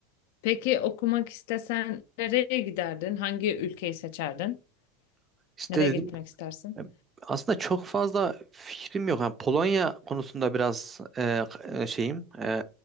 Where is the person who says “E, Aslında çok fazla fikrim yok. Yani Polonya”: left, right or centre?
Right